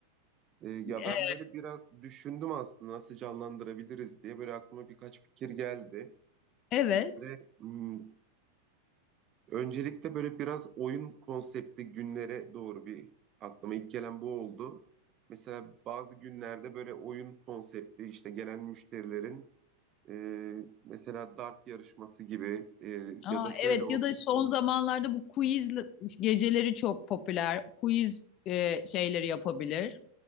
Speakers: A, on the right (about 30°); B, on the left (about 35°).
A: Ee, ya
B: E,
A: ben böyle biraz düşündüm aslında nasıl canlandırabiliriz diye böyle aklıma birkaç fikir geldi.
B: Evet.
A: Ve hmm, öncelikle böyle biraz oyun konseptli günlere doğru bir aklıma ilk gelen bu oldu. Mesela bazı günlerde böyle oyun konsepti işte gelen müşterilerin E, mesela dart yarışması gibi e,
B: Aa,
A: ya da şöyle
B: evet
A: olur.
B: ya da son zamanlarda bu quiz geceleri çok popüler. Quiz e, şeyleri yapabilir.